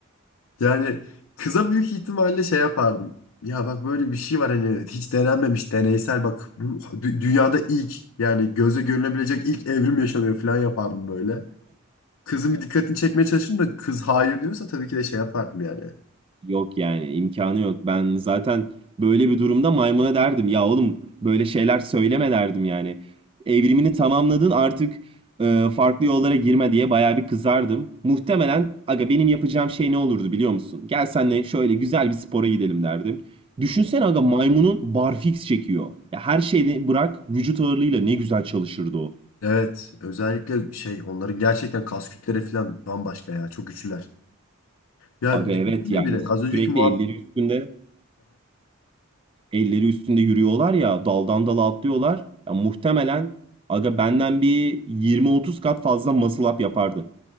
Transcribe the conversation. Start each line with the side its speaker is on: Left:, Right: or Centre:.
Left: yani kıza büyük ihtimalle şey yapardım. Ya bak böyle bir şey var hani hiç denenmemiş deneysel bak bu dü- dünyada ilk yani göze görünebilecek ilk evrim yaşanıyor falan yapardım böyle. Kızın bir dikkatini çekmeye çalışırım da kız hayır diyorsa tabii ki de şey yapardım yani.
Right: Yok yani imkanı yok. Ben zaten böyle bir durumda maymuna derdim ya oğlum böyle şeyler söyleme derdim yani. Evrimini tamamladın artık e, farklı yollara girme diye bayağı bir kızardım. Muhtemelen aga benim yapacağım şey ne olurdu biliyor musun? Gel senle şöyle güzel bir spora gidelim derdim. Düşünsene aga maymunun barfiks çekiyor. Ya her şeyde bırak vücut ağırlığıyla ne güzel çalışırdı o.
Left: Evet özellikle şey onların gerçekten kas kütleri falan bambaşka ya çok güçlüler. Ya
Right: Aga
Left: düşünsene
Right: evet yani
Left: bile az önceki
Right: sürekli
Left: muhabbet.
Right: elleri üstünde elleri üstünde yürüyorlar ya daldan dala atlıyorlar. Ya muhtemelen aga benden bir 20-30 kat fazla muscle up yapardı.